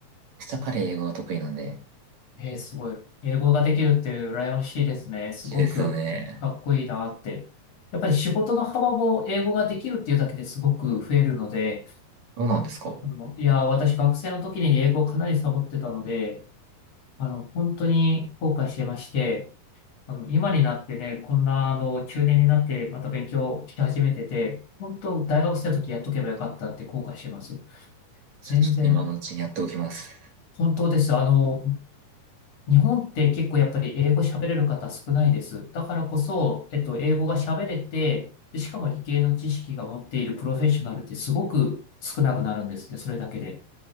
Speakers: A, on the right; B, on the left.
A: 下彼英語が得意なんで。
B: えー、すごい。英語ができるっていう羨ましいですね。すごくかっこいいなって。
A: いいですよね。
B: やっぱり仕事の幅も英語ができるっていうだけですごく増えるので、
A: そうなんですか。
B: あの、いや、私学生の時に英語をかなりサボってたので、あの、本当に後悔してまして、あの、今になってね、こんな、あの、中年になってまた勉強し始めてて、本当、大学生の時やっとけばよかったって後悔してます。全然、
A: じゃあちょっと今のうちにやっておきます。
B: 本当です。あの、日本って結構やっぱり英語喋れる方少ないです。だからこそ、えっと、英語が喋れて、でしかも理系の知識が持っているプロフェッショナルってすごく少なくなるんですね、それだけで。